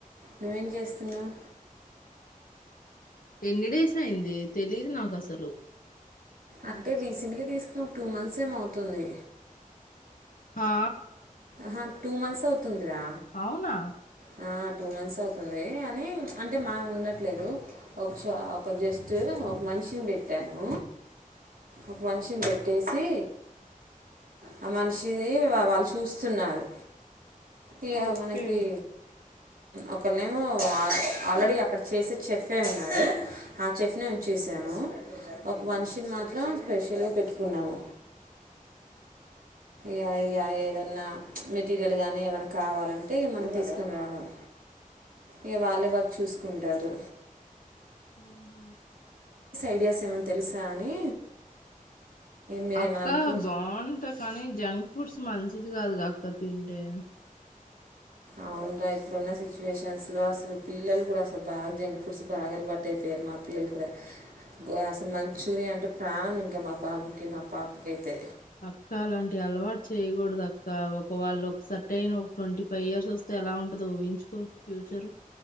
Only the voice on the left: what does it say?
ఎన్ని డేస్ అయింది తెలీదు నాకు వసూలు
ఆ
అవునా
ఓకే
హ హ
అక్క
బాగుంటది కానీ జంక్ ఫుడ్స్ మంచిది గాదు గా అక్క తింటే
అక్క అలాంటి అలవాటు చేయకూడదు అక్క ఒక వాళ్ళు ఒక సటైన్ ట్వంటీ ఫైవ్ ఇయర్స్ వస్తే ఎలా ఉంటదో ఊహించుకో ఫ్యూచర్